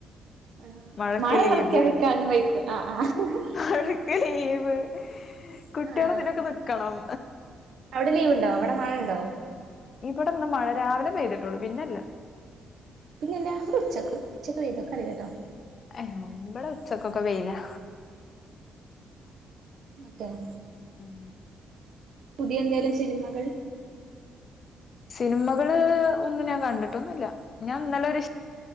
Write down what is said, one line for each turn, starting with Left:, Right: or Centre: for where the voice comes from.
Right: ആഹ്
Left: മഴക്ക്
Right: മഴ
Left: ലീവ്
Right: പ്രഖ്യാപിക്കാനൊന്നും വൈക്കൂല ആഹ് ആഹ്
Left: മഴ ക്ക് ലീവ് കുട്ടികള
Right: ആഹ്
Left: ഇതിനൊക്കെ നിക്കണം
Right: അവിടെ ലീവ്ണ്ടോ വടെ മഴണ്ടോ
Left: ഇബടെന്ന് മഴ രാവിലെ പെയ്തിട്ടുള്ളൂ പിന്നെല്ല
Right: പിന്നെല്ലാ ബടെ ഉച്ചക്ക് ഉച്ചക്ക് പെയ്തോക്കറിയില്ലട്ടോ
Left: ഏഹ് ബടെ ഉച്ചക്കൊക്കെ വെയിലാ
Right: ട്ടൻ
Left: ഉം
Right: പുതിയ എന്തേലും സിനിമകൾ
Left: സിനിമകള് ഒന്നും ഞാൻ കണ്ടിട്ടൊന്നുല്ല ഞാൻന്നലൊരു